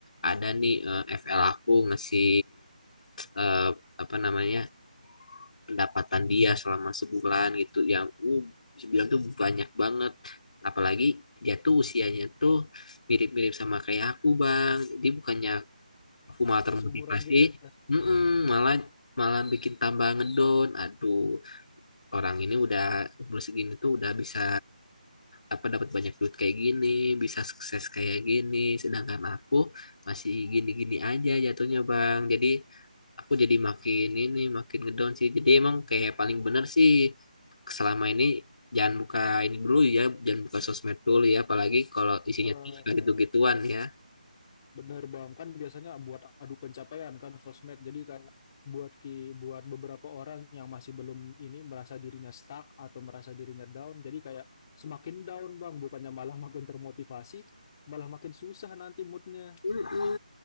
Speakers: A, on the left; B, on the left.
A: ada nih eh, FL aku ngasih eh, apa namanya pendapatan dia selama sebulan gitu yang uh sebulan tuh banyak banget apalagi dia tuh usianya tuh mirip-mirip sama kayak aku bang jadi bukannya aku malah
B: Kayak
A: termotivasi
B: seumuran gitu ya.
A: mm-mm, malah malah bikin tambah ngedown aduh orang ini udah umur segini tuh udah bisa apa dapat banyak duit kayak gini, bisa sukses kayak gini, sedangkan aku masih gini-gini aja jatuhnya Bang. Jadi aku jadi makin ini makin ngedown sih. Jadi emang kayak paling bener sih selama ini jangan buka ini dulu ya, jangan buka sosmed dulu ya, apalagi kalau isinya
B: Ber-
A: tuh suka gitu-gituan ya.
B: Bener Bang, kan biasanya buat adu pencapaian kan sosmed. Jadi kayak buat ki buat beberapa orang yang masih belum ini merasa dirinya stuck atau merasa dirinya down. Jadi kayak semakin down Bang, bukannya malah makin termotivasi, malah makin susah nanti moodnya.
A: Mm-mm,